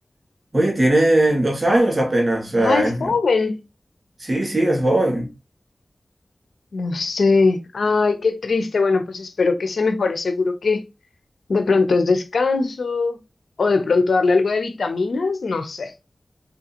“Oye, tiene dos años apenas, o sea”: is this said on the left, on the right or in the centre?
Right